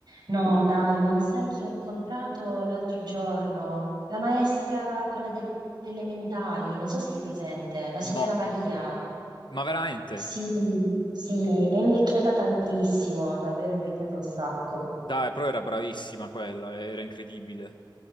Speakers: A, on the right; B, on the left.
A: No, dai, non sai chi ho incontrato l'altro giorno? La maestra, quella delle elementari, non so se sei presente, la
B: No,
A: signora Maria.
B: ma veramente?
A: Sì, sì, è invecchiata tantissimo, davvero invecchiata un sacco.
B: Dai, però era bravissima quella, era incredibile.